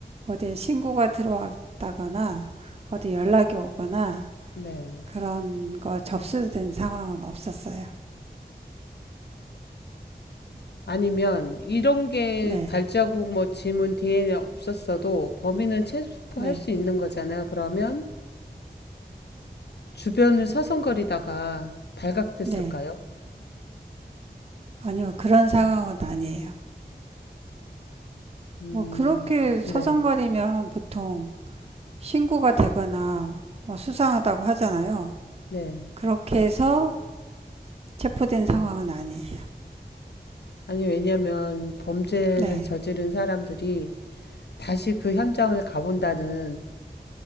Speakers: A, on the right; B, on the left.
A: 어디 신고가 들어왔다거나 어디 연락이 오거나
B: 네.
A: 그런 거 접수된 상황은 없었어요.
B: 아니면, 이런 게
A: 네,
B: 발자국, 뭐, 지문, DNA 없었어도 범인은 체포할
A: 네,
B: 수 있는 거잖아요. 그러면, 주변을 서성거리다가 발각됐을까요?
A: 네. 아니요. 그런 상황은 아니에요.
B: 음,
A: 뭐 그렇게
B: 네,
A: 서성거리면 보통 신고가 되거나 뭐 수상하다고 하잖아요.
B: 네.
A: 그렇게 해서 체포된 상황은 아니에요.
B: 아니, 왜냐면 범죄를
A: 네,
B: 저지른 사람들이 다시 그 현장을 가본다는